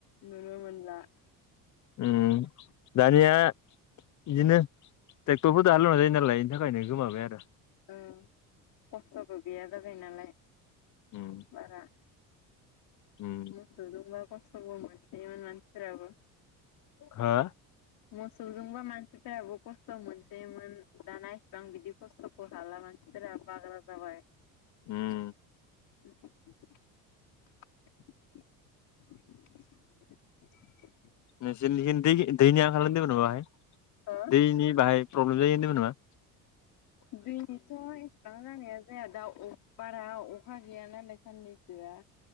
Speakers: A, on the left; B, on the left.
A: नुनो मोनला
B: उम दानिया बिदिनो ट्रेक्टरफोर दाह लुना जायो नालाय बेनि थाखायनो गोमाबाय आरो।
A: ओ खस्थ'बो गैया जाबाय नालाय
B: उम
A: बारा
B: उम
A: मोसौ बा खस्थ' बौ मोनसेै इ मोनसिफोराबो
B: हा
A: मोसौजोंबा मानसिफोराबो खस्थ' मोनसोयोमोन दाना इसिबां बिदि खस्थ'खौ हाला मानो बागरा जाबाय
B: उम।
A: <unintelligible> <unintelligible>
B: नोंसोर दै दैनिया आंखारदोंमोन न बाहाय
A: हो
B: दैनि बाहाय प्रब्लेम जायो मोनामा
A: दैनिथ' इसेबां जानाया जाया दा बारा अखा गैया नालाय साननैसोआ